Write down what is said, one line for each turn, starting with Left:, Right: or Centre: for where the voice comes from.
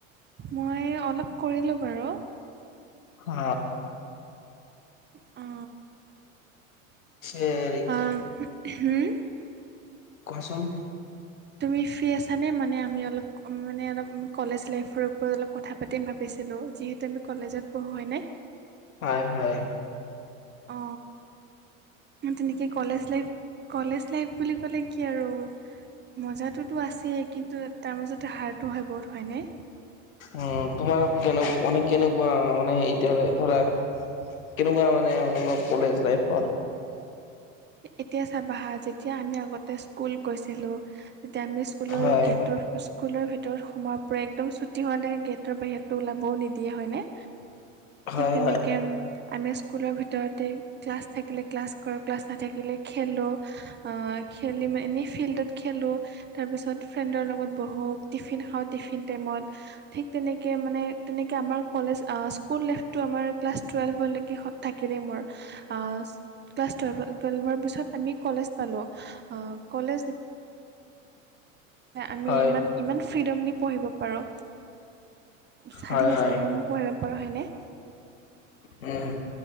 Right: মই অলপ কৰিলো বাৰু,
Left: অ
Right: অ
Left: পিছে হেৰি কি
Right: <unintelligible>
Left: কোৱাচোন।
Right: তুমি ফ্ৰী আছানে? মানে আমি অলপ মানে অলপ কলেজ লাইফৰ ওপৰত অলপ কথা পাতিম ভাবিছিলোঁ ত আমি কলেজত পঢ়ো হয় নে?
Left: হয় হয়।
Right: অ তেনেকৈ কলেজ লাইফ কলেজ লাইফ বুলি ক'লে কি আৰু মজাটোতো আছেই কিন্তু তাৰ মাজত হাৰ্টটো হয় বহুত হয়নে
Left: উম তোমাৰ <unintelligible> কেনেকুৱা মানে এতিয়া ধৰা কেনেকুৱা মানে অনুভৱ কলেজ লাইফত?
Right: এতিয়া চাবাহা যেতিয়া আমি আগতে স্কুল গৈছিলোঁ, তেতিয়া আমি স্কুলৰ
Left: হয়
Right: গেটৰ স্কুলৰ ভিতৰত সোমোৱাৰ পৰা একদম চুটি হোৱালৈকে গেটৰ বাহিৰতটো ওলাবও নিদিয়ে হয়নে?
Left: <inaudible>
Right: ঠিক তেনেকে
Left: হয়
Right: আমি স্কুলৰ ভিতৰতে ক্লাছ থাকিলে ক্লাছ কৰোঁ ক্লাছ নাথাকিলে খেলোঁ আ খেলি মই এনেই ফিল্ডত খেলোঁ, তাৰপিছত ফ্ৰেণ্ডৰ লগত বহো টিফিন খাওঁ টিফিন টাইমত, ঠিক তেনেকে মানে তেনেকে আমাৰ কলেজ স্কুল লেইফ তো আমাৰ ক্লাছ টুৱেল্ভলৈকে সত থাকিলেই মোৰ, অ ক্লাছ টুৱেল্ভত টুৱেলভৰ পিছত আমি কলেজ পালোঁ, অ কলেজ আমি
Left: হয়
Right: ইমান ইমান ফ্ৰীডমলি পঢ়িব পাৰো। স্বাধীন
Left: হয়
Right: হিচাপে
Left: হয়
Right: আমি পঢ়িব পাৰোঁ হয়নে?
Left: উম।